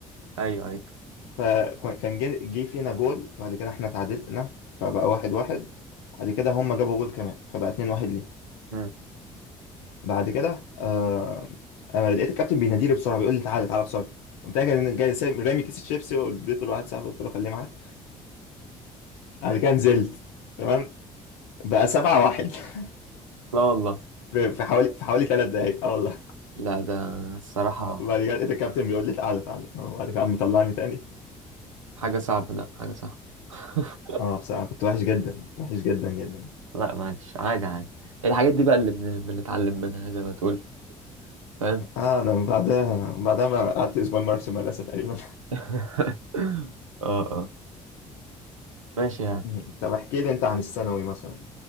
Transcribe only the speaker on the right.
ايوه ايوه
مم.
لا والله
لا ده الصراحة
حاجة صعبة لا حاجة صعبة <laughs>
لا معلش عادي عادي الحاجات دي بقى اللي بن- بنتعلم منها زي ما تقول فاهم
<laughs> اه اه ماشي يعني